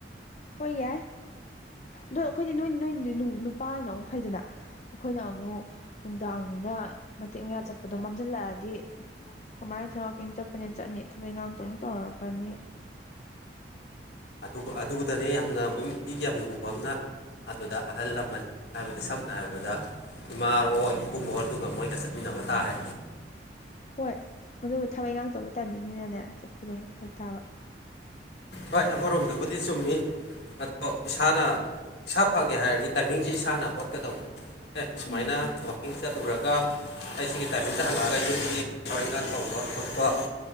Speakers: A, on the left; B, on the left.
A: ꯍꯣꯏ ꯌꯥꯏ ꯗꯣ ꯑꯩꯈꯣꯏꯗꯤ ꯅꯣꯏ ꯅꯣꯏ ꯅꯨꯄꯥꯅ ꯑꯃꯨꯛ ꯐꯩꯗꯅ ꯑꯩꯈꯣꯏꯅ ꯑꯃꯨꯛ ꯅꯨꯡꯗꯥꯡꯅꯤ ꯅ ꯃꯇꯦꯛ ꯃꯌꯥ ꯆꯠꯄꯗꯣ ꯃꯝꯖꯜꯂꯛꯑꯗꯤ ꯀꯃꯥꯏꯅ ꯏꯊꯟ ꯋꯥꯛꯀꯤꯡ ꯆꯠꯄꯅꯦꯅ ꯆꯠꯅꯤ ꯊꯕꯛ ꯏꯪꯈꯥꯡ ꯑꯗꯨꯝ ꯇꯧꯔꯀꯅꯤ
B: ꯑꯗꯨꯒ ꯑꯗꯨꯗꯅꯦ ꯌꯥꯝꯅ ꯑꯃꯨꯛ ꯅꯨꯄꯤꯒꯤ ꯌꯥꯝꯅ ꯂꯨꯕꯥ ꯑꯃꯥꯅ ꯑꯗꯨꯗ ꯑꯍꯜ ꯂꯃꯟ ꯍꯥꯏꯕꯗꯤ ꯁꯝꯅ ꯍꯥꯏꯔꯕꯗ ꯏꯃꯥ ꯑꯣꯏꯔꯣ ꯏꯕꯨꯡ ꯑꯣꯏꯔꯣꯗꯨꯒ ꯃꯣꯏꯒ ꯆꯠꯃꯤꯟꯅꯕ ꯇꯥꯔꯦ
A: ꯍꯣꯏ ꯑꯗꯨꯕꯨ ꯊꯕꯛ ꯉꯥꯛꯇꯕꯨ ꯅꯅꯦ ꯆꯠꯄꯗꯣ ꯍꯦꯛ ꯐꯔꯛ ꯇꯥꯕ
B: ꯍꯣꯏ ꯑꯃꯥꯔꯣꯝꯗꯕꯨꯗꯤ ꯆꯨꯝꯃꯤ ꯑꯗꯣ ꯏꯁꯥꯅ ꯏꯁꯥ ꯐꯒꯦ ꯍꯥꯏꯔꯗꯤ ꯇꯥꯏꯃꯤꯡꯁꯦ ꯏꯁꯥꯅ ꯍꯣꯠꯀꯗꯧꯅꯤ ꯑꯦ ꯁꯨꯃꯥꯏꯅ
A: ꯎꯝ
B: ꯋꯥꯛꯀꯤꯡ ꯆꯠꯂꯨꯔꯒ ꯑꯩ ꯁꯤꯒꯤ ꯇꯥꯏꯃꯤꯡꯗ ꯍꯜꯂꯛꯑꯒ ꯌꯨꯝꯒꯤ ꯊꯕꯛ ꯏꯪꯈꯥꯡ ꯇꯧꯕ ꯈꯣꯠꯄ